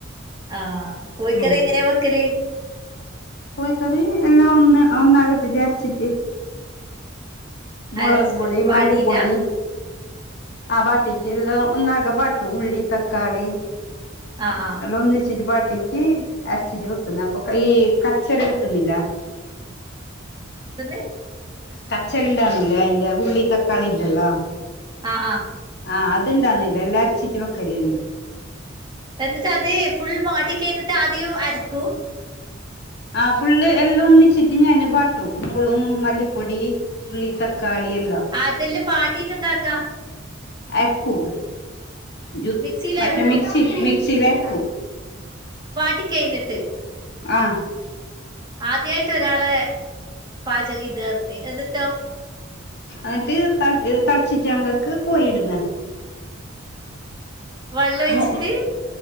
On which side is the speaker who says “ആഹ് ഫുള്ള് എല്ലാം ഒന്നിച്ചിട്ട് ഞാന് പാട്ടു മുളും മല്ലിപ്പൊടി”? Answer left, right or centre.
Left